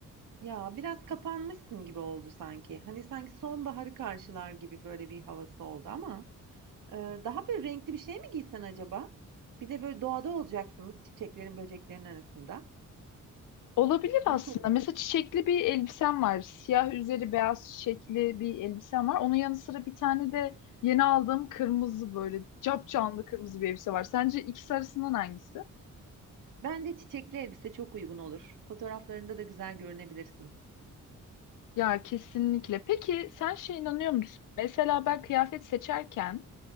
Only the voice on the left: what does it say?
Olabilir aslında.
Mesela çiçekli bir elbisem var. Siyah üzeri beyaz çiçekli bir elbisem var. Onun yanı sıra bir tane de yeni aldığım kırmızı böyle capcanlı kırmızı bir elbise var. Sence ikisi arasından hangisi?
Ya kesinlikle. Peki sen şey inanıyor musun? Mesela ben kıyafet seçerken